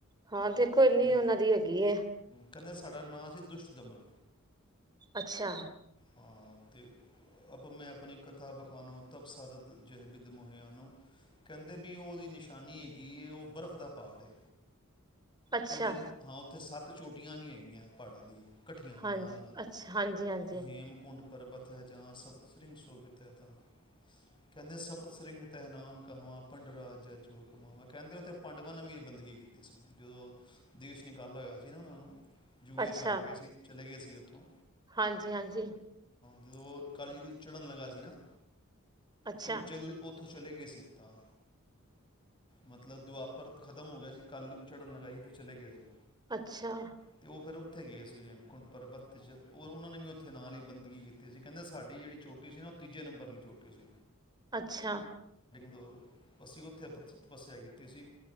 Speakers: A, on the right (about 20°); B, on the left (about 25°).
A: ਹਾਂ ਦੇਖੋ ਇੰਨੀ
B: ਤੇ
A: ਉਹਨਾਂ ਦੀ ਹੈਗੀ ਹੈ
B: ਕਹਿੰਦੇ ਸਾਡਾ ਨਾਮ ਸੀ ਦੁਸ਼ਟਦਮਨ
A: ਅੱਛਾ
B: ਹਾਂ ਅਤੇ ਆਪਾਂ ਮੈਂ ਆਪਣੀ ਕਥਾ ਵਿਖਾਨੋ ਉਤਬਸਤਤ ਜਬਿੱਦ ਮੋਹਿਆਂ ਨੂੰ ਕਹਿੰਦੇ ਵੀ ਉਹ ਉਹਦੀ ਨਿਸ਼ਾਨੀ ਹੈਗੀ ਹੈ ਉਹ ਬਰਫ਼ ਦਾ ਪਹਾੜ ਏ
A: ਅੱਛਾ
B: ਤੇ ਉਹਦੇ ਹਾਂ ਉੱਥੇ ਸੱਤ ਚੋਟੀਆਂ ਵੀ ਹੈਗੀਆਂ ਪਹਾੜਾਂ ਦੀਆਂ ਇਕੱਠੀਆਂ
A: ਹਾਂਜੀ
B: ਨਾਲ ਨਾਲ
A: ਅੱਛਾ ਹਾਂਜੀ ਹਾਂਜੀ
B: ਹੇਮਕੁੰਡ ਪਰਬਤ ਹੈ ਜਹਾਂ ਸਪਤਸ੍ਰਿੰ ਸ਼ੋਭਿਤ ਹੈ ਤ ਕਹਿੰਦੇ ਸਪਤਸਿੰਗ ਤਹਿਨਾਮ ਕਹਾਵਾਂ ਭੰਡਰਾ ਜੈਚੋ ਕਮਾਵ ਕਹਿੰਦੇ ਉੱਥੇ ਪਾਂਡਵਾਂ ਨੇ ਵੀ ਬੰਦਗੀ ਕੀਤੀ ਸੀ ਜਦੋਂ ਦੇਸ਼ ਨਿਕਾਲ ਹੋਇਆ ਸੀ ਨਾ ਉਹਨਾਂ ਨੂੰ ਜੂਏ
A: ਅੱਛਾ
B: ਚ ਹਾਰ ਗਏ ਸੀ ਚਲੇ ਗਏ ਸੀ ਉਥੋਂ
A: ਹਾਂਜੀ ਹਾਂਜੀ
B: ਜਦੋਂ ਕਲਯੁਗ ਚੜ੍ਹਨ ਲੱਗਾ ਸੀ ਨਾ
A: ਅੱਛਾ
B: ਤੇ ਉਹ ਚ ਉੱਥੋਂ ਚਲੇ ਗਏ ਸੀ ਤਾਂ ਮਤਲਬ ਦੁਆਪਰ ਖ਼ਤਮ ਹੋ ਗਿਆ ਸੀ ਕੱਲ੍ਹ ਚੜ੍ਹਨ ਲਗਾ ਸੀ ਤੇ ਚਲੇ ਗਏ ਸੀ
A: ਅੱਛਾ
B: ਤੇ ਉਹ ਫਿਰ ਉੱਥੇ ਗਏ ਸੀ ਹੇਮਕੁੰਡ ਪਰਬਤ ਚ ਉਹਨਾਂ ਨੇ ਵੀ ਉੱਥੇ ਨਾਲ ਹੀ ਬੰਦਗੀ ਕੀਤੀ ਸੀ ਕਹਿੰਦੇ ਸਾਡੀ ਜਿਹੜੀ ਚੋਟੀ ਸੀ ਨਾ ਉਹ ਤੀਜੇ ਨੰਬਰ ਲਈ ਚੋਟੀ ਠ ਜ
A: ਅੱਛਾ
B: ਦੋਂ ਅਸੀਂ ਉੱਥੇ ਤਪੱਸਿਆ ਕੀਤੀ ਸੀ